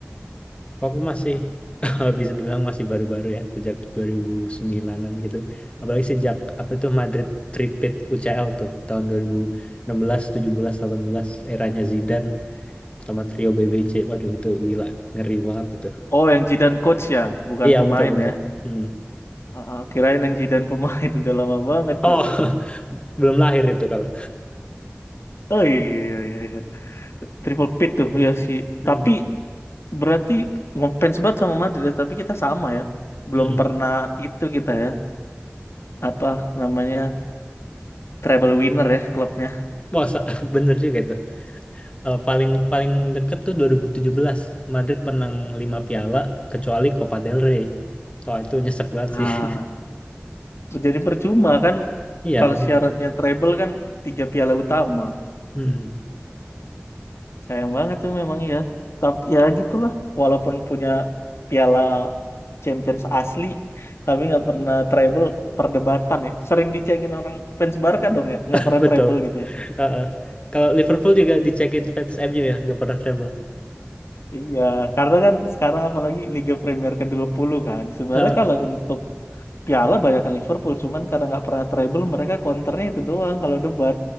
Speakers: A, on the left; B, on the left.
A: Kalau aku masih <laughs> bisa dibilang masih baru-baru ya, sejak 2009-an gitu. Apalagi sejak apa itu Madrid Tripit UCL tuh tahun dua ribu enam belas, tujuh belas, delapan belas. eranya Zidane sama trio BBC. Waduh, itu gila, ngeri banget itu.
B: Oh, yang Zidane coach ya, bukan
A: Iya,
B: pemain
A: betul betul.
B: ya.
A: Hmm.
B: Ah, ah, kirain yang Zidane pemain <laughs> udah lama banget
A: Oh,
B: tuh.
A: <laughs> belum lahir itu kalau.
B: Oh iya iya iya iya. Triple pit tuh ya sih.
A: Hmm.
B: Tapi Berarti ngefans banget sama Madrid ya, tapi kita sama ya. Belum
A: hmm.
B: pernah itu kita ya, apa namanya, treble winner ya klubnya.
A: Wah, sa- <laughs> bener juga itu. Eh, paling paling deket tuh 2017 Madrid menang 5 piala kecuali Copa del Rey. Kalau itu nyesek banget
B: Nah,
A: sih. <laughs>
B: jadi percuma kan
A: Iya,
B: kalau
A: hmm,
B: syaratnya treble kan tiga piala utama.
A: hmm,
B: Sayang banget tuh memang ya. Tapi ya gitulah, walaupun punya piala Champions asli, tapi nggak pernah treble perdebatan ya. Sering dicengin orang fans Barca dong ya, nggak
A: <laughs>
B: pernah
A: betul.
B: treble gitu ya.
A: Eh, eh. Kalau Liverpool juga dicekin fans MU ya, nggak pernah treble.
B: Iya, karena kan sekarang apalagi Liga Premier ke puluh kan. Sebenarnya
A: Eh,
B: kalau untuk piala banyakkan Liverpool, cuman karena nggak pernah treble mereka counternya itu doang kalau debat